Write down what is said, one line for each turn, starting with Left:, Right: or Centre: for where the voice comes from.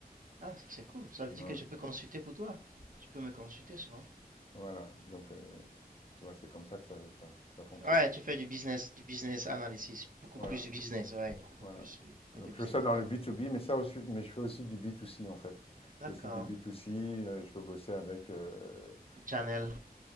Right: Ah, ça c'est cool. Ça veut
Left: Non,
Right: dire que je peux consulter pour toi. Tu peux me consulter souvent.
Left: voilà, donc heu, tu vois, c'est comme ça que ça ça ça fonctionne.
Right: Ouais, tu fais du business, du business analysis, beaucoup
Left: Voilà,
Right: plus du business, ouais, beaucoup
Left: voilà.
Right: plus euh, côté
Left: Donc
Right: business.
Left: je fais ça dans
Right: ouais.
Left: le B2B, mais ça aussi mais je fais aussi du B2C, en fait.
Right: D'accord,
Left: Je fais aussi du B2C, heu, je peux bosser avec, heu
Right: le channel.